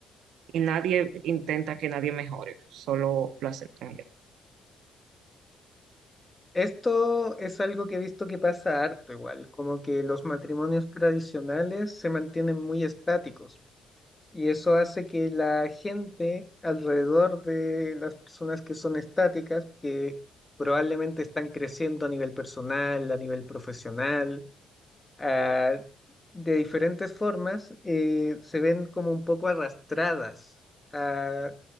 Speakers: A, on the right; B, on the left.
A: y nadie intenta que nadie mejore, solo lo aceptan ellos.
B: Esto es algo que he visto que pasa harto igual, como que los matrimonios tradicionales se mantienen muy estáticos y eso hace que la gente alrededor de las personas que son estáticas, que probablemente están creciendo a nivel personal, a nivel profesional, ah, de diferentes formas, eh, se ven como un poco arrastradas a-